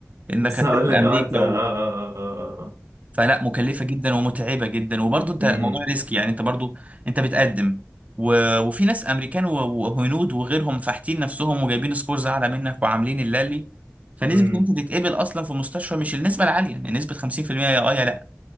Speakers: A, on the right (about 30°); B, on the right (about 80°).
A: انك
B: بس
A: هتسافر
B: هقول لك
A: امريكا
B: اه انت اه اه اه اه اه آه.
A: فلا مكلفة جدا ومتعبة جدا وبرضه انت
B: امم
A: موضوع ريسك يعني انت برضه انت بتقدم و... وفي ناس امريكان و- وهنود وغيرهم فاحتين نفسهم وجايبين سكورز اعلى منك وعاملين اللالي فنسبة
B: امم
A: ان انت تتقبل اصلا في المستشفى مش النسبة العالية يعني نسبة 50% يا اه يا لا